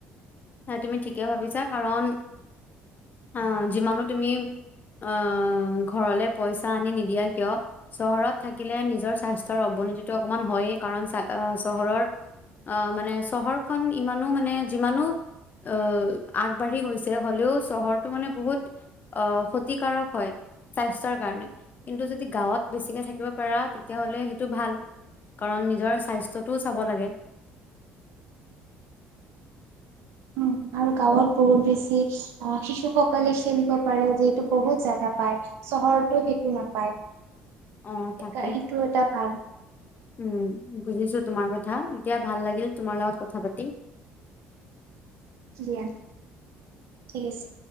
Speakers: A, on the left; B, on the right.
A: তুমি ঠিকে ভাবিছা, কাৰণ অহ যিমানো তুমি অহ ঘৰলে পইচা আনি নিদিয়া কিয় চহৰত থাকিলে নিজৰ স্বাস্থ্যৰ অৱনতিটো অকমান হয়েই। কাৰণ চ চহৰৰ আহ মানে চহৰখন ইমানো মানে যিমানো অহ আগবাঢ়ি গৈছে হ'লেও চহৰটো মানে বহুত আহ ক্ষতিকাৰক হয় স্বাস্থ্যৰ কাৰণে। কিন্তু যদি গাঁৱত বেছিকে থাকিব পাৰা তেতিয়াহলে সেইটো ভাল। কাৰণ নিজৰ স্বাস্থ্যটোও চাব লাগে
B: উম আৰু গাঁৱত বহুত বেছি অ' শিশুসকলে খেলিব পাৰে যিহেতু বহুত জাগা পায় চহৰতো সেইটো নাপায়।
A: অ তাকে
B: সেইটো এটা ভাল
A: উম বুজিছো তোমাৰ কথা, এতিয়া ভাল লাগিল তোমাৰ লগত কথা পাতি
B: দিয়া, ঠিক আছে।